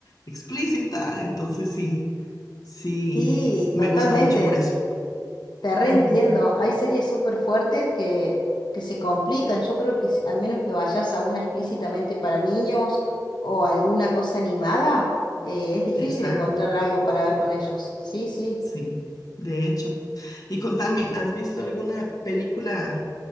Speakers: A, on the left; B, on the left.
A: explícita. Entonces sí, sí,
B: Sí,
A: me
B: totalmente.
A: gusta mucho por eso.
B: Te reentiendo,
A: Ujú,
B: hay series súper fuertes que, que se complican. Yo creo que si- al menos que vayas a una explícitamente para niños o alguna cosa animada, eh, es difícil
A: Exacto,
B: encontrar algo para ver con ellos. Sí, sí.
A: sí, de hecho. Y contame, ¿has visto alguna película